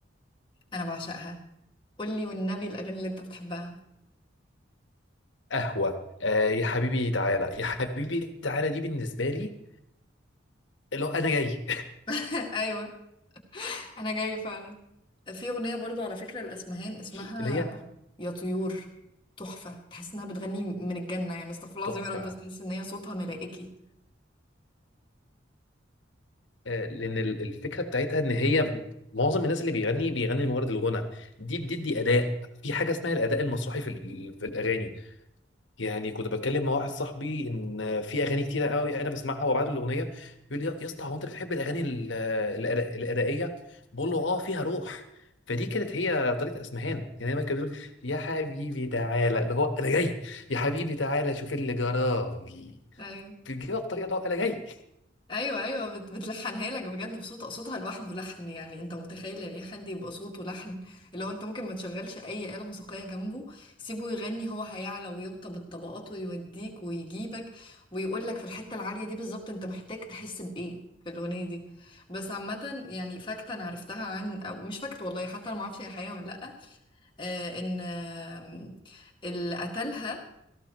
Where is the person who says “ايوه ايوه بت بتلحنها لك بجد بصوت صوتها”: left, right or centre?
Left